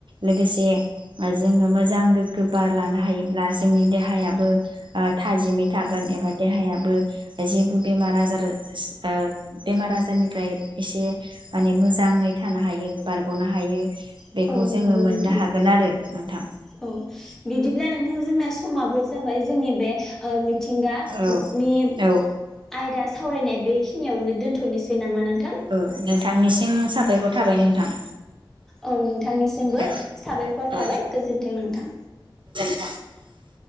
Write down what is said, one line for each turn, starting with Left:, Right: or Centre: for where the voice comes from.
Right: लोगोसे जोङो मोजां गोग्गो बार लानो हायोब्ला जोंनि देहायाबो ओ थाजिमै थागोन एबा देहायाबो जेबो बेमार आजार ओ बेमार आजारनिफ्राय एसे माने मोजाङै थानो हायो बारग'नो हायो।
Centre: औ
Right: बेखौ जोङो मोननो
Centre: नोंथां
Right: हागोन आरो नोंथां।
Centre: औ बिदिब्ला नोंथां जोंना समाबो जाबाय जोंनि बे ओ मिथिंगानि
Right: औ औ
Centre: आयदा सावरायनाय बेखिनियावनो दोनथ'नोसै नामा नों
Right: औ नों थांनिसिम साबायखर थाबाय नोंथां।
Centre: औ नोंथांनिसिमबो
Right: औ
Centre: साबायखर थाबाय
Right: औ
Centre: गोजोन्थों नोंथां।
Right: <inaudible>